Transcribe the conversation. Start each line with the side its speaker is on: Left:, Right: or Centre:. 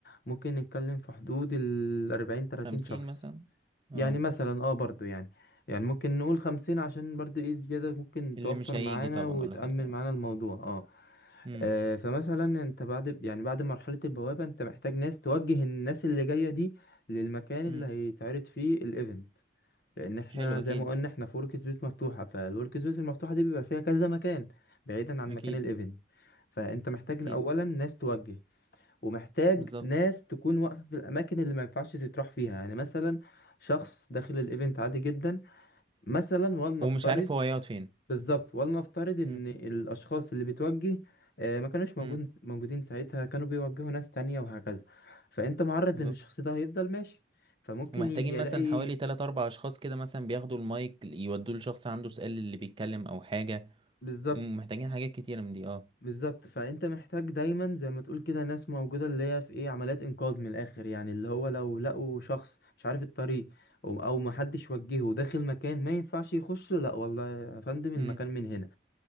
Left: ممكن نتكلم في حدود ال 40 30
Right: خمسين
Left: شخص
Right: مثلا اه
Left: يعني مثلا اه برضو يعني يعني ممكن نقول 50 عشان برضو ايه زيادة ممكن
Right: اللي
Left: توفر
Right: مش هيجي
Left: معانا
Right: طبعا
Left: وتأمن
Right: ولا حاجة اه
Left: معانا الموضوع اه
Right: امم
Left: آه، فمثلا انت بعد يعني بعد مرحلة البوابة انت محتاج ناس توجه الناس اللي جاية دي للمكان اللي
Right: امم
Left: هيتعرض فيه الايفنت لان احنا
Right: حلو
Left: زي
Right: اكيد
Left: ما قلنا احنا في ورك سبيس مفتوحة فالورك سبيس المفتوحة دي بيبقى فيها كذا مكان بعيدا عن
Right: اكيد
Left: مكان الايفنت فانت محتاج
Right: اكيد
Left: اولا ناس توجه ومحتاج
Right: بالظبط
Left: ناس تكون واقفة في الاماكن اللي ما ينفعش تتراح فيها يعني مثلا شخص داخل الايفنت عادي جدا مثلا ولنفترض
Right: ومش عارف هو هيقعد فين
Left: بالظبط ولنفترض ان
Right: امم
Left: الاشخاص اللي بتوجه آه، ما كانوش موجود
Right: امم
Left: موجودين ساعتها كانوا بيوجهوا ناس تانية وهكذا فانت معرض
Right: بالظبط
Left: ان الشخص ده هيفضل ماشي فممكن
Right: ومحتاجين
Left: ي- يلاقي
Right: مثلا حوالي تلات أربع أشخاص كده مثلا بياخدوا المايك يودوه لشخص عنده سؤال اللي بيتكلم أو حاجة
Left: بالظبط
Right: مم. محتاجين حاجات كتيرة من دي اه
Left: بالظبط فانت محتاج دايما زي ما تقول كده ناس موجودة اللي هي في ايه عمليات انقاذ من الاخر يعني اللي هو لو لقوا شخص مش عارف الطريق او أو محدش وجهه داخل مكان ما ينفعش يخش لا والله يا فندم المكان
Right: امم
Left: من هنا